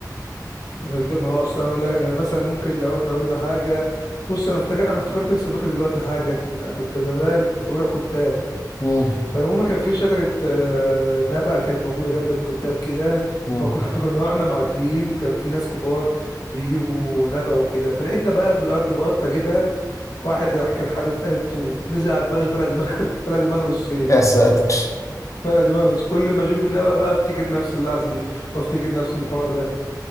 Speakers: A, on the left (about 60°); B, on the left (about 45°).
A: قدامها اصلا اقول لك انا مثلا ممكن لو احنا قلنا حاجه بص انا افتكر انا افتكرت لسه فاكر دلوقتي حاجه كنا كنت زمان كنت بروح كتاب
B: مم.
A: فالمهم كان في شجرة آه، نبق كانت موجودة جنب الكتاب كده
B: مم.
A: فكنا <laughs> واحنا معديين كان في ناس كبار بيجيبوا نبق وكده فلقيتنا بقى في الأرض بط أجيبها واحد راح كان حادف قالب طوب نزل على دماغي فلقى دماغ <laughs> فلقى دماغه نصين
B: يا ساتر
A: فلقى دماغه نص كل ما أشوف النبق بقى أفتكر نفس اللحظة دي وأفتكر نفس الحوار ده